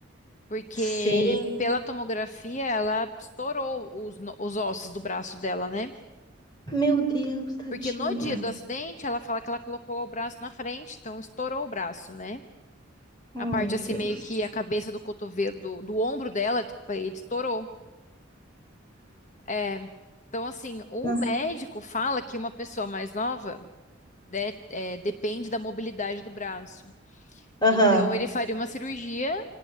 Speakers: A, on the left (about 35°); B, on the left (about 20°).
A: Porque
B: Sim.
A: pela tomografia, ela estourou os, no- os ossos do braço dela, né?
B: Meu Deus, tadinha.
A: Porque no dia do acidente, ela fala que ela colocou o braço na frente, então estourou o braço, né?
B: Oh,
A: A parte
B: meu
A: assim,
B: Deus.
A: meio que a cabeça do cotovelo, do, do ombro dela, desculpa, ele estourou. É. Então, assim, o
B: Não.
A: médico fala que uma pessoa mais nova. né, é, depende da mobilidade do braço.
B: Aham.
A: Então, ele faria uma cirurgia,